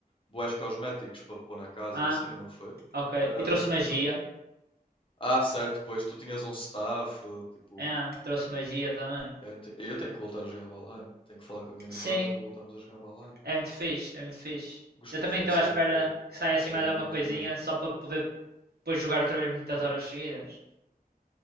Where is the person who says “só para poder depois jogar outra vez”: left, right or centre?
Right